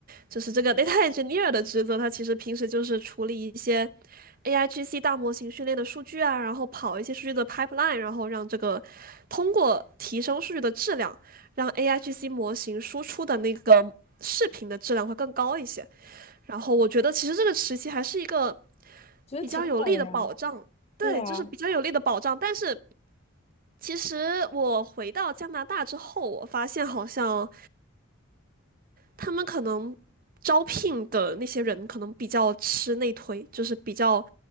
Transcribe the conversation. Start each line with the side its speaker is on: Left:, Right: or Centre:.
Right: 就是这个 <laughs> data engineer 的职责，它其实平时就是处理一些 AIGC 大模型训练的数据啊，然后跑一些数据的 pipeline，然后让这个通过提升数据的质量，让 AIGC 模型输出的那个视频的质量会更高一些。然后我觉得其实这个时期还是一个。
Left: 觉得挺好的呀。
Right: 比较有力的保障，
Left: 对啊，
Right: 对，就是比较有力的保障。但是其实我回到加拿大之后，我发现好像他们可能招聘的那些人可能比较吃内推，就是比较